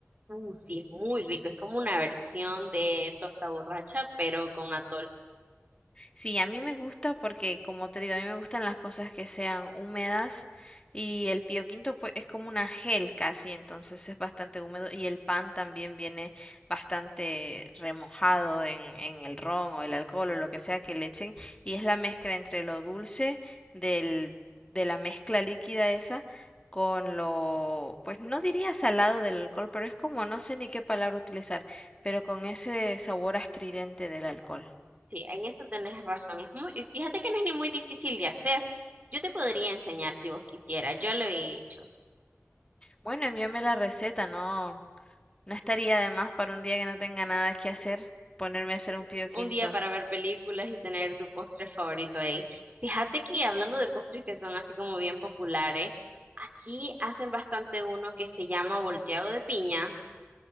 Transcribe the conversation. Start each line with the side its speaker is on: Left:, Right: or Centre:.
Right: Uh, sí, es muy rico, es como una versión de torta borracha, pero con atol.
Left: Sí, a mí me gusta porque, como te digo, a mí me gustan las cosas que sean húmedas y el pio quinto pues es como una gel casi, entonces es bastante húmedo y el pan también viene bastante remojado en, en el ron o el alcohol o lo que sea que le echen y es la mezcla entre lo dulce del, de la mezcla líquida esa con lo, pues no diría salado del alcohol, pero es como, no sé ni qué palabra utilizar, pero con ese sabor astridente del alcohol.
Right: Sí, en eso tenés razón. Es muy, y fíjate que no es ni muy difícil de hacer. Yo te podría enseñar si vos quisieras. Yo lo he hecho.
Left: Bueno, envíame la receta, no, no estaría de más para un día que no tenga nada que hacer, ponerme a hacer un pío
Right: Un
Left: quinto.
Right: día para ver películas y tener tu postre favorito ahí. Fíjate que hablando de postres que son así como bien populares, aquí hacen bastante uno que se llama volteado de piña.